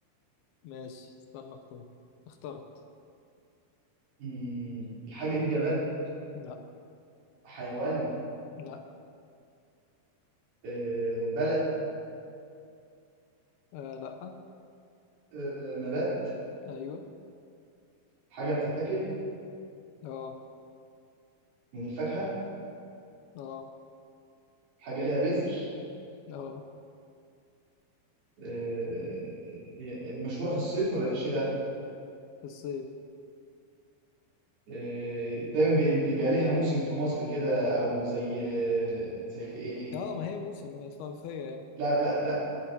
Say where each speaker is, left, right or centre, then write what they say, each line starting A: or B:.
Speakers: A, on the left (about 80°); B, on the right (about 75°).
A: ماشي استنى اختار اخترت
B: مم. الحاجه دي جماد
A: لا
B: حيوان
A: لا
B: آه، بلد
A: آه لا
B: آه، نبات
A: ايوه
B: حاجه بتتاكل
A: اه
B: من الفاكهه
A: اه
B: حاجه ليها بذر
A: اه
B: آه، مشهوره في الصيف ولا في الشتاء
A: في الصيف
B: آه، دايما بي- بيبقى ليها موسم في مصر كده او زي آه، زي ايه
A: اه ما هي موسم هي صيفية يعني
B: لا لا لا